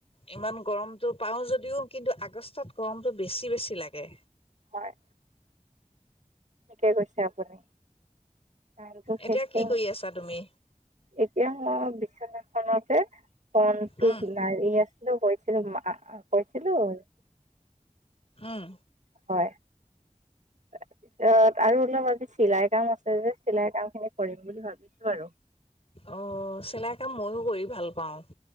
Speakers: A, on the left (about 45°); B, on the right (about 65°).
A: ইমান গৰমতটো পাওঁ যদিওঁ। কিন্তু, আগষ্টত গৰমতটো বেছি বেছি লাগে।
B: হয়। ঠিকে কৈছে আপুনি তাৰপিছত
A: এতিয়া
B: শেষও।
A: কি কৰি আছা তুমি
B: এতিয়া মই বিচনাখনতে কনটো
A: উম
B: লাৰি আছোঁ। গৈছিলোঁ মা কৈছিলোঁ হয়।
A: উম
B: তাৰপিছত আৰু অলপ আজি চিলাইৰ কাম আছে যে চিলাই কাম খিনি কৰিম বুলি ভাবিছোঁ আৰু
A: অ' চিলাইৰ কাম মইয়ো কৰি ভাল পাওঁ।